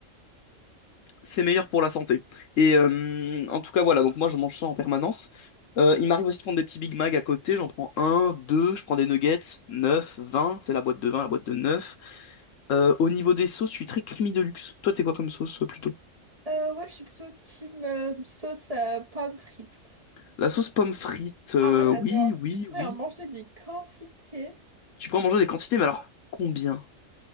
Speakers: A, on the left (about 80°); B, on the right (about 35°).
A: c'est meilleur pour la santé. Et euh, en tout cas, voilà. Donc, moi, je mange ça en permanence. Euh, il m'arrive aussi de prendre des petits Big Mac à côté. J'en prends un, deux. Je prends des nuggets, neuf vingt C'est la boîte de vingt la boîte de neuf Euh, au niveau des sauces, je suis très creamy de luxe. Toi, t'es quoi comme sauce euh, plutôt?
B: Euh, ouais, je suis plutôt team euh, sauce euh, pomme frites.
A: La sauce pomme frite, euh,
B: Ah, moi, j'adore.
A: oui, oui,
B: Je pourrais
A: oui.
B: en manger des quantités.
A: Tu peux en manger des quantités, mais alors combien?